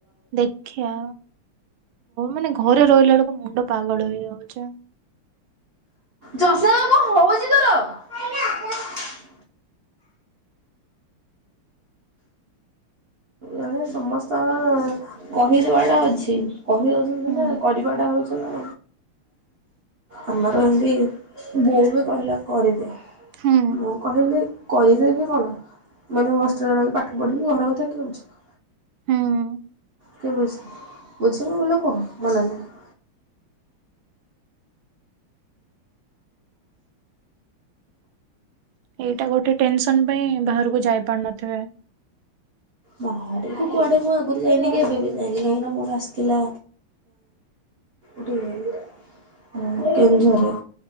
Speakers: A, on the right; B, on the right.
A: ଦେଖିଆ ମାନେ ଘରେ ରହିଲା ବେଳକୁ ମୁଣ୍ଡ ପାଗଳ ହେଇଯାଉଚି।
B: ଚଶମା କଣ ହଉଛି ତୋର ହ <unintelligible> ଘରେ ସମସ୍ତଙ୍କ କହିଦବାଟା ଅଛି କହି ଦଉଛନ୍ତି
A: ହୁଁ
B: ନା କରିବାଟା ହଉଛି ନା ଆମର ଏମତି ବୋଉ ବି କହିଲା କରିଦେ
A: ହୁଁ
B: ମୁଁ କହିଲି କରିଦେବି କଣ ମାନେ ମୁଁ ହଷ୍ଟେଲରେ ରହିିକି ପାଠ ପଢ଼ିବି ଘର କଥା କିଏ ବୁଝିବ।
A: ହୁଁ
B: କିଏ ବୁଝ ବୁଝିବ ବୋଲି କୁହ ମନା ନାହିଁ।
A: ଏଇଟା ଗୋଟେ ଟେନସନ ପାଇଁ ବାହାରକୁ ଯାଇ ପାରୁନଥିବେ।
B: <inaudible> ମୁଁ କୁଆଡ଼େ ମୁଁ ଆଗରୁ ଯାଇନି କି ଏବେ ବି ଯାଇନି କାହିଁକିନା ମୋର ଆସିଥିଲା ଆଁ <unintelligible> କେଉଁଝରରେ